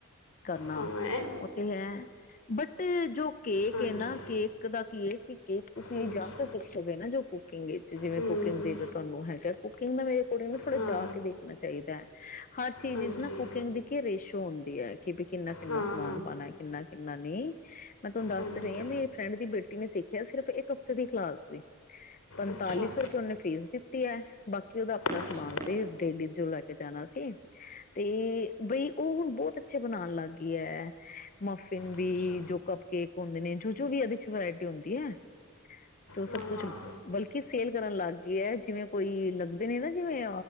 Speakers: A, on the left; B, on the left.
A: ਕਰਨਾ
B: ਹਾਂ ਐ
A: ਉਹ ਤੇ ਹੈ ਬਟ ਜੋ ਕੇਕ
B: ਹਾਂਜੀ
A: ਐ ਨਾ ਕੇਕ ਕੇਕ ਦਾ ਕੀਏ ਕਿ ਕੇਕ ਤੁਸੀਂ
B: ਹਾਂਜੀ
A: ਜਾ ਕੇ ਸਿੱਖ ਸਕਦੇ ਹੋ ਨਾ ਜੋ ਕੁਕਿੰਗ ਵਿੱਚ ਜਿਵੇਂ
B: ਹੂੰ
A: ਕੁਕਿੰਗ ਦੀ ਤੁਹਾਨੂੰ ਹੈਗਾ ਕੁਕਿੰਗ ਦਾ ਮੇਰੇ ਕੋ, ਥੋੜਾ
B: ਹਾਂ
A: ਜਾ ਕੇ ਦੇਖ ਰੱਖਣਾ ਚਾਹੀਦਾ ਹੈ ਹਰ ਚੀਜ਼
B: ਹਾਂਜੀ
A: ਵਿਚ ਨਾ ਕੁਕਿੰਗ ਦੀ ਰੇਸ਼ ਡੂਢ ਦੀ ਹੈ ਕਿ ਵੀ ਕਿੰਨਾ ਕਿੰਨਾ
B: ਹਾਂ
A: ਸਮਾਨ ਪਾਉਣਾ ਕਿੰਨਾ ਕਿੰਨਾ ਨਹੀਂ ਮੈਂ ਤੁਹਾਨੂੰ ਦੱਸ
B: ਹਾਂਜੀ
A: ਰ ਹਾਂ ਮੇਰੀ ਫਰਡ ਦੀ ਬੇਟੀ ਟੀ ਨੇ ਸਿੱਖਿਆ ਸਿਰਫ ਇੱਕ ਹਫ਼ਤੇ ਦੀ ਕਲਾਸ ਸੀ ਪੰਤਾਲੀ
B: ਅੱਛਾ
A: ਸੌ ਰੁਪਏ ਉਹਨੇ ਫੀਸ ਦਿੱਤੀ ਹੈ ਬਾਕੀ ਉਹਦਾ ਆਪਣਾ ਸਮਾਨ
B: ਅੱਛਾ
A: ਸੀ ਡੇਲੀ ਜੋ ਲੈ ਕੇ ਜਾਣਾ ਸੀ ਤੇ ਬਈ ਉਹ ਹੁਣ ਬਹੁਤ ਅੱਛਾ ਬਣਾਉਣ ਲੱਗ ਗਈ ਹੈ ਮਫਿਨ ਵੀ
B: ਅੱਛਾ
A: ਜੋ ਕਪ ਕੇਕ ਹੁੰਦੇ ਨੇ ਜੋ ਜੋ ਵੀ ਇਹਦੇ ਚ ਵਰਾਇਟੀ ਹੁੰਦੀ ਹੈ ਤੇ ਉਹ ਸਭ
B: ਹਾਂ
A: ਕੁਛ
B: ਹਾਂ
A: ਬਲਕਿ ਸੇਲ ਕਰਨ ਲੱਗ ਗਈ ਹੈ ਜਿਵੇਂ ਕੋਈ ਲੱਗਦੇ ਨੇ ਨਾ ਜਿਵੇ